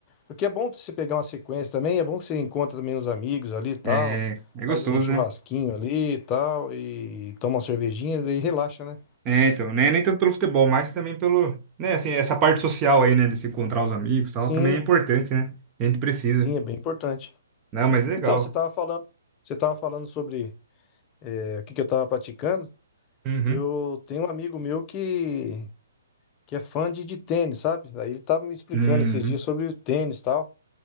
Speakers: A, on the left (about 25°); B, on the right (about 25°).
A: Porque é bom você pegar uma sequência também, é bom que você encontra também os amigos ali e tal,
B: É, é gostoso,
A: faz um churrasquinho
B: né?
A: ali e tal, e toma uma cervejinha e daí relaxa, né?
B: É, então, né? Nem tanto pelo futebol, mas também pelo, né, assim, essa parte social aí, né, de se encontrar os amigos e tal,
A: Sim,
B: também é importante, né? A gente precisa.
A: sim, é bem importante.
B: Não, mas legal.
A: Então, você tava falando, você tava falando sobre é, o que que eu tava praticando.
B: Uhum.
A: Eu tenho um amigo meu que, que é fã de, de tênis, sabe? Aí ele tava me explicando
B: Uhum.
A: esses dias sobre o tênis e tal.